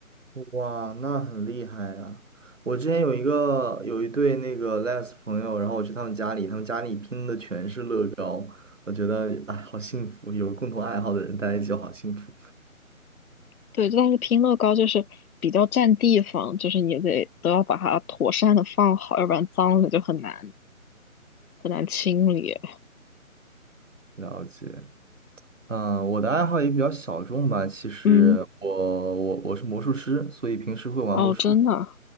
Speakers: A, on the right; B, on the left.
A: 哇，那很厉害啊！我之前有一个有一对那个 les 朋友，然后我去他们家里，他们家里拼的全是乐高，我觉得哎，好幸福，有共同爱好的人待在一起就好幸福。
B: 对，但是拼乐高就是比较占地方，就是你得都要把它妥善的放好，要不然脏了就很难很难清理。
A: 了解，嗯，我的爱好也比较小众吧，其实我
B: 嗯，
A: 我我是魔术师，所以平时会玩魔术。
B: 哦，真的啊